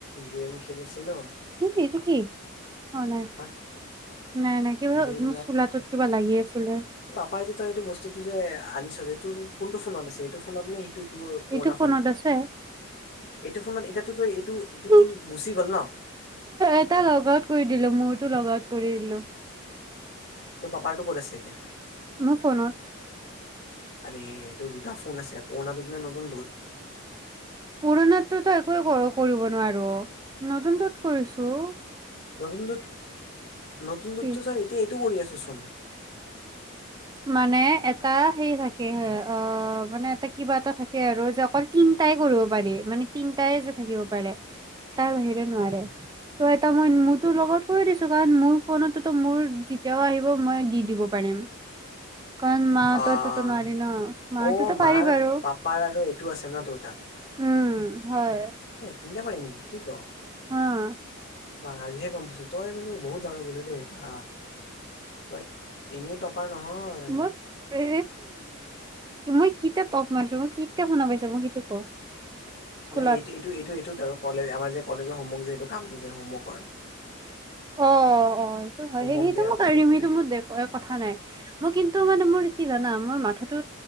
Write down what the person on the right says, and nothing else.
কি এইটো কি? অ', নাই,
নাই, নাই কিবাৰ
চোলাটোত কিবা লাগি আছিলে।
এইটো ফোনত
আছে
ই
এটা লগ আউট কৰি দিলোঁ, মোৰতো লগ আউট কৰি দিলোঁ।
মোৰ ফোনত।
পুৰণাতটোতো একোৱে কৰ--কৰিব নোৱাৰো নতুনটোত কৰিছোঁ।
কি
মানে এটা সে থাকে হে অ' মানে এটা কিবা এটা থাকে আৰু যে অকল তিনটাই কৰিব পাৰি মানে তিনটাই যে থাকিব পাৰে তাৰ বাহিৰে নোৱাৰে। ত' এটা মই মোৰতো লগত কৈ দিছো কাৰণ মোৰ ফোনতোতো মোৰ যেতিয়াও আহিব মই দি দিব পাৰিম। কাৰণ মাহৰ
তাততো নোৱাৰি ন' মাহঁতেতো
পাৰি
বাৰু।
উম হয়।
অ'।
মোক এ মই কেতিয়া টপ মাৰিছো মই কেতিয়া শুনা পাইছো মোক এইটো ক। স্কুলত
অ', অ', সটো হয়
সেইটো
মইম
সেইটো মোৰ দে কথা নাই। মই কিন্তু মানে মোৰ কি জানা মোৰ মাথাটো